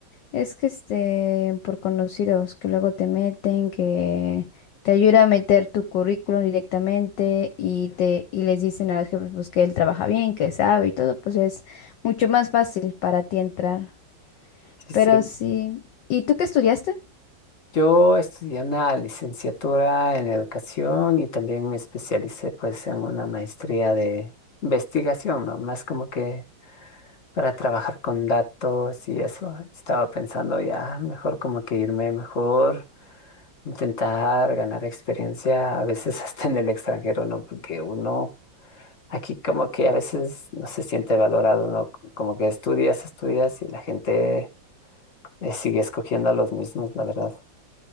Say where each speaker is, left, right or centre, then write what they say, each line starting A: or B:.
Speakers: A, on the left; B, on the left.
A: es que este, por conocidos que luego te meten, que te ayuda a meter tu currículum directamente y te, y les dicen a los jefes pues que él trabaja bien, que sabe y todo, pues es mucho más fácil para ti entrar.
B: Sí,
A: Pero
B: sí,
A: sí. ¿Y tú qué estudiaste?
B: Yo estudié una licenciatura en educación y también me especialicé pues en una maestría de investigación, ¿no? Más como que para trabajar con datos y eso. Estaba pensando ya mejor como que irme mejor, intentar ganar experiencia, a veces hasta en el extranjero, ¿no? Porque uno aquí como que a veces no se siente valorado, ¿no? Como que estudias, estudias y la gente eh, sigue escogiendo a los mismos, la verdad.